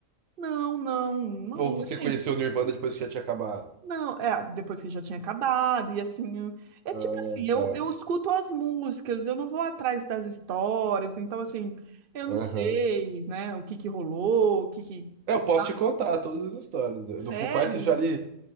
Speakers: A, on the right; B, on the right.
A: Não, não, não,
B: Ou você
A: assim,
B: conheceu o Nirvana depois que já tinha acabado?
A: não, é, depois que já tinha acabado, e assim, é é
B: Ah,
A: tipo assim, eu,
B: tá.
A: eu escuto as músicas, eu não vou atrás das histórias, então assim, eu não
B: Aham.
A: sei, né, o que que rolou, o que que...
B: É, Eu posso
A: tá?
B: te contar todas as histórias. né?
A: Sério?
B: Do Foo Fighters já li,